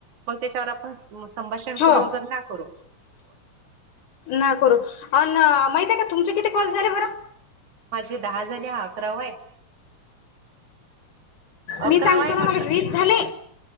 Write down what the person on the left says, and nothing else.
हो
ना करू अ माहित आहे का तुमचे किती कॉल झाले बर
मी सांगतो
ना
मला व्रीज झाले